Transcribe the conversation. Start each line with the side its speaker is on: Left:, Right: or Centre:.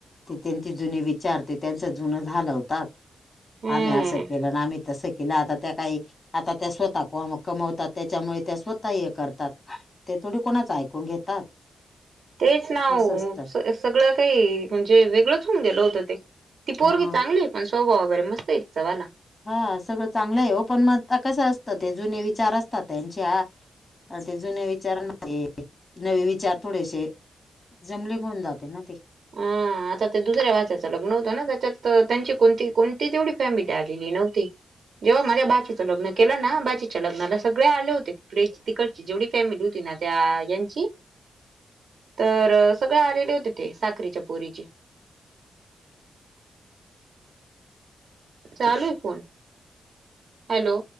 Left: ते त्यांचे जुने विचारते त्यांच जुन झालं होतात
Right: हम्म
Left: आम्ही असं केलं आम्ही तसं केलं आता त्या काही आता त्या स्वतः कमवतात त्याच्यामुळे त्या स्वतः हे करतात ते थोडी कोणाच ऐकून घेतात
Right: तेच नाव
Left: असं असतं
Right: सगळं काही म्हणजे वेगळंच होऊन गेलं होतं ते ती पोरगी
Left: ह
Right: चांगली पण स्वभाव वगैरे मस्त आहे ति चंवाला
Left: हा सगळं चांगलं आहे हो पण मग असतं ते जुने विचार असतात त्यांच्या असे जुने विचार ते नवे विचार थोडेसे जमले होऊन जाते ना ते
Right: आ आता ते दुसऱ्या भाष्याचं लग्न होतं ना त्याच्यात त्यांची कोणती कोणतीच एवढी फॅमिली आलेली नव्हती. जेव्हा माझ्या बाचीचं लग्न केलं ना बाचीच्या लग्नाला सगळे आले होते तिकडेची तिकडची जेवढी फॅमिली होती त्या यांची तर सगळे आलेले होते ते. साखरीच्या पोरीची. चालूय फोन. हॅलो.